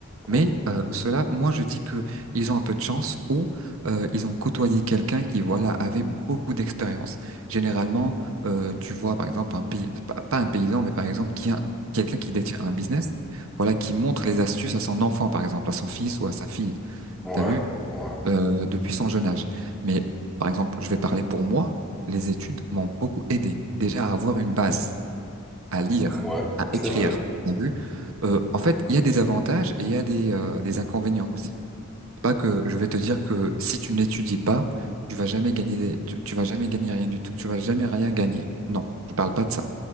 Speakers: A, on the right; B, in the centre.
A: Mais
B: ok,
A: euh, ceux-là, moi, je dis que ils ont un peu de chance ou euh, ils ont côtoyé quelqu'un qui, voilà, avait beaucoup d'expérience. Généralement, euh, tu vois, par exemple, un pays, pas, pas un paysan, mais par exemple, qui a quelqu'un qui détient un business, voilà, qui montre les astuces à son enfant, par exemple, à son fils ou à sa fille.
B: ouais.
A: T'as vu?
B: Ouais.
A: euh, depuis son jeune âge. Mais par exemple, je vais parler pour moi, les études m'ont beaucoup aidé déjà à avoir une base, à lire,
B: Ouais,
A: à
B: c'est
A: écrire.
B: vrai.
A: T'as vu? Euh, en fait, il y a des avantages et il y a des, euh, des inconvénients aussi. C'est Pas que je vais te dire que si tu n'étudies pas, tu vas jamais gagner, des- tu, tu vas jamais gagner rien du tout, tu vas jamais rien gagner. Non, je parle pas de ça.